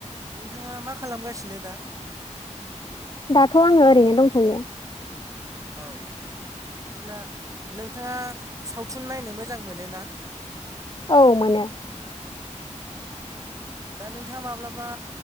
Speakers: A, on the right (about 25°); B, on the left (about 40°).
A: नोंथाङा मा खालामगासिनो दा?
B: दाथ' आङो ओरैनो दंथ'यो।
A: औ बिदिब्ला नोंथाङा सावथुन नायनो मोजां मोनो ना?
B: औ मोनो।
A: औ दा नोंथाङा माब्लाबा